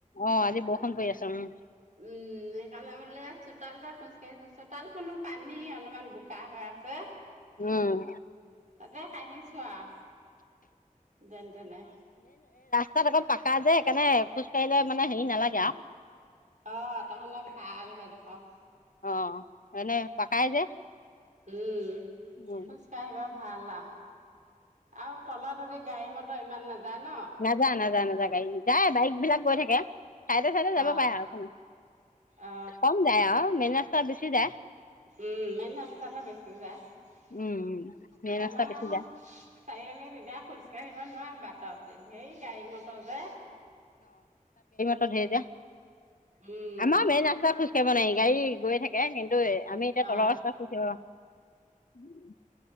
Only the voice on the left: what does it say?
অ 'আজি বৰষুণ পৰি আছে উম
উম
তাত অকল পাকা যে সেইকাৰণে খোজ কঢ়িলে মানে হেৰি নালাগে আৰু
অ' এনে পকাই যে
উম।
নাজা নাজা ন গাড়ী যায় বাইক বিলাক গৈ থাকে। চাইতে চাইতে যাব
পাৰে আৰু
কম যায় আৰু মেন ৰা বেছি যায়।
উম উম মেইন
ৰাস্তা বেছি যায়
ভেজা <unintelligible>
আমাৰ মেন ৰাস্তা খোজকাঢ়িব নাহিবি। গাড়ী গৈ থাকে। এইটোয়ে আমি এতিয়া
তলৰ ৰাস্তা খোজ